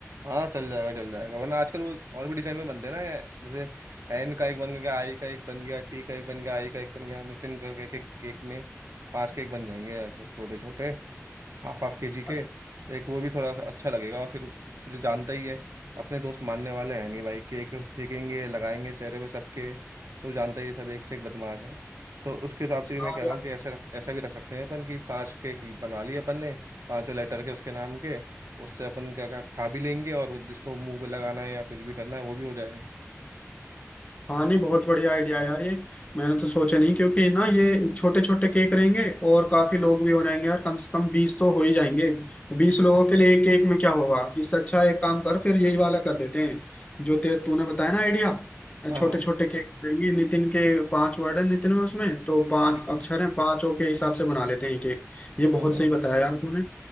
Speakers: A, on the right (about 80°); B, on the left (about 25°).
A: हाँ चल जाएगा चल जाएगा वरना आजकल वो और भी डिजाइन में बनते हैं ना जैसे एन का एक बन गया आई का एक बन गया टी का एक बन गया आई का एक बन गया नितिन करके के केक में पांच केक बन जाएंगे ऐसे छोटे छोटे हाफ हाफ के जी
B: और
A: के तो एक वो भी थोड़ा सा अच्छा लगेगा और फिर तुझे जानता ही है अपने दोस्त मानने वाले हैं नहीं भाई केक फेंकेंगे लगाएंगे चेहरे पे सबके तो जानता ही है सब एक से एक बदमाश है तो उसके हिसाब से
B: हाँ
A: भी मैं कह रहा हूँ कि ऐसे रख ऐसा भी रख सकते हैं अपन कि पांच केक बनवा लिए अपन ने पांचों लेटर के उसके नाम के उससे अपन क्या क्या खा भी लेंगे और जिसको मुंह पे लगाना है या कुछ भी करना है वो भी हो जाएगा
B: हाँ नहीं बहुत बढ़िया आइडिया यार ये मैंने तो सोचा नहीं क्योंकि ना ये छोटे छोटे केक रहेंगे और काफी लोग भी हो जाएंगे यार कम से कम बीस तो हो ही जाएंगे बीस लोगों के लिए एक केक में क्या होगा इससे अच्छा एक काम कर फिर यही वाला कर देते हैं जो ते तूने बताया ना आइडिया
A: हाँ
B: छोटे
A: हाँ
B: छोटे केक रहेंगे नितिन के पांच वर्ड है नितिन में उसमें तो पांच
A: जी
B: अक्षर हैं पांचों के हिसाब से बना लेते हैं केक ये
A: हाँ,
B: बहुत
A: हाँ,
B: सही बताया यार तूने